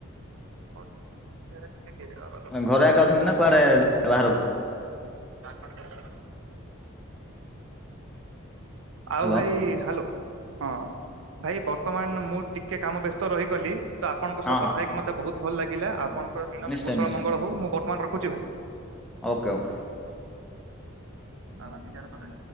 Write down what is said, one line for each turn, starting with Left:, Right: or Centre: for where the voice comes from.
Right: ହ କି।
Centre: ଘରେ ଆା ଅଛନ୍ତି ନା କୁଆଡେ ବାହାରକୁ
Right: କ <unintelligible> ଆଉ
Centre: ହ୍ୟାଲୋ
Right: ଭାଇ, ହ୍ୟାଲୋ। ହଁ। ଭାଇ ବର୍ତ୍ତମାନ ମୁଁ ଟିକେ କାମ ବ୍ୟସ୍ତ ରହିଗଲି ତ ଆପଣଙ୍କ
Centre: ହଁ
Right: ସହ କଥା
Centre: ହଁ
Right: ହେଇକି ମତେ ବହୁତ ଭଲ ଲାଗିଲା। ଆପଣ ଦିନ
Centre: ନିଶ୍ଚୟ
Right: କୋଶଳ
Centre: ନିଶ୍ଚୟ
Right: ମଙ୍ଗଳ ହଉ ମୁଁ ବର୍ତ୍ତମାନ ରଖୁଛି ଭାଇ।
Centre: ଓକେ। ଓକେ।
Right: ଆମ ବିଜାର ମ।